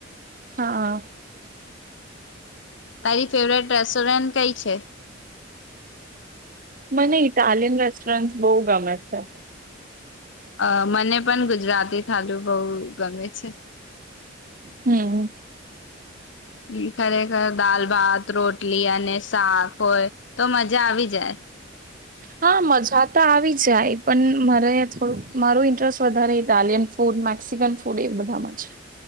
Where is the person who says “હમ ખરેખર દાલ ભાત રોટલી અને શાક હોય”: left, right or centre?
Left